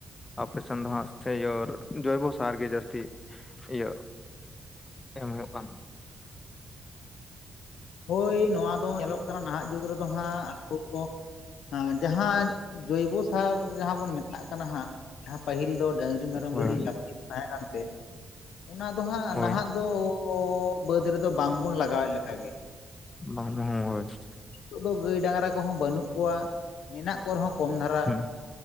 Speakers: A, on the left (about 35°); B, on the left (about 75°).
A: ᱟᱯᱮᱥᱮᱱ ᱫᱚ ᱦᱟᱸᱜ ᱥᱮᱜᱮᱨ, ᱡᱚᱭᱵᱚ ᱥᱟᱨ ᱜᱮ ᱡᱟᱹᱥᱛᱤ ᱤᱭᱟᱹ ᱮᱢ ᱦᱩᱭᱩᱜ ᱠᱟᱱᱼᱼ
B: ᱦᱳᱭ ᱱᱚᱣᱟ ᱫᱚ ᱧᱮᱞᱚᱜ ᱠᱟᱱᱟ ᱱᱟᱦᱟᱜ ᱡᱩᱜᱽ ᱨᱮᱫᱚ ᱦᱟᱸᱜ <unintelligible> ᱡᱟᱦᱟᱸ ᱡᱚᱭᱵᱚ ᱥᱟᱨ ᱡᱟᱦᱟᱸ ᱵᱚᱱ ᱢᱮᱛᱟᱜ ᱠᱟᱱᱟ ᱦᱟᱸᱜ ᱡᱟᱦᱟᱸ ᱯᱟᱹᱦᱤᱞ ᱫᱚ ᱰᱟᱝᱨᱤᱼᱼ ᱢᱮᱨᱚᱢ
A: ᱦᱳᱭ
B: ᱵᱷᱤᱲᱤ ᱡᱟᱹᱥᱛᱤ ᱠᱚ ᱛᱟᱦᱮᱸ ᱠᱟᱱᱛᱮ ᱚᱱᱟ ᱫᱚ ᱦᱟᱸᱜ
A: ᱦᱳᱭ
B: ᱱᱟᱦᱟᱜ ᱫᱚᱼᱼ ᱟᱵᱚ ᱵᱟᱹᱫᱽ ᱨᱮᱫᱚ ᱵᱟᱝᱵᱚᱱ ᱞᱟᱜᱟᱣᱮᱫ ᱞᱮᱠᱟ ᱜᱮ
A: ᱵᱟᱝ <unintelligible>
B: ᱱᱤᱛᱚᱜ ᱫᱚ ᱜᱟᱹᱭ ᱰᱟᱝᱨᱟ ᱠᱚᱦᱚᱸ ᱵᱟᱹᱱᱩᱜ ᱠᱚᱣᱟ᱾ ᱢᱮᱱᱟᱜ ᱠᱚ ᱨᱮᱦᱚᱸ ᱠᱚᱢ ᱫᱷᱟᱨᱟ
A: ᱦᱩᱸ